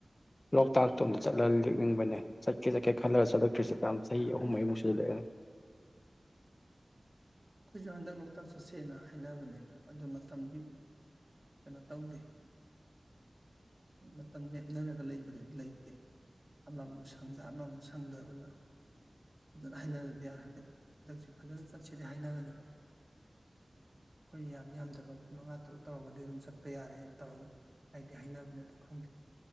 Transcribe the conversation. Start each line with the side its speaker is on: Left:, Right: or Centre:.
Left: ꯂꯣꯛꯇꯥꯛꯇꯣ ꯑꯝꯗ ꯆꯠꯂ ꯂꯦꯛꯅꯤꯡꯕꯅꯦ ꯆꯠꯀꯦ ꯆꯠꯀꯦ ꯈꯜꯂꯒ ꯆꯠꯂꯛꯇ꯭ꯔꯤꯁꯦ ꯐꯅꯌꯥꯝ ꯆꯍꯤ ꯑꯍꯨꯝ ꯃꯔꯤꯃꯨꯛꯁꯨꯁꯤꯜꯂꯛꯑꯦ
Right: ꯑꯩꯈꯣꯏꯁꯨ ꯍꯟꯗꯛ ꯂꯣꯛꯇꯥꯛ ꯆꯠꯁꯦꯅ ꯍꯥꯏꯅꯕꯅꯦ ꯑꯗꯨ ꯃꯇꯝꯗꯤ ꯀꯩꯅꯣ ꯇꯧꯗꯦ ꯃꯇꯝ ꯂꯦꯞꯅꯔꯒ ꯂꯩꯕꯗꯨꯗꯤ ꯂꯩꯇꯦ ꯑꯃꯃꯨꯛ ꯁꯪꯗ ꯑꯃꯃꯨꯛ ꯁꯪꯗ ꯑꯗꯨꯅ ꯐꯅ ꯍꯥꯏꯅꯗꯗꯤ ꯌꯥꯔ ꯍꯟꯗꯛꯁꯦ ꯐꯖꯅ ꯆꯠꯁꯗꯤ ꯍꯥꯏꯅꯕꯅꯦꯕ ꯑꯩꯈꯣꯏ ꯌꯥꯝ ꯌꯥꯝꯗꯕ ꯑꯩꯈꯣꯏ ꯃꯉꯥ ꯇꯔꯨꯛ ꯇꯧꯔꯒꯗꯤ ꯑꯗꯨꯝ ꯆꯠꯄ ꯌꯥꯔꯦꯅ ꯇꯧꯔꯒ ꯍꯥꯏꯗꯤ ꯍꯥꯏꯅꯕꯅꯦꯕ ꯑꯗꯨ ꯈꯪꯗꯦ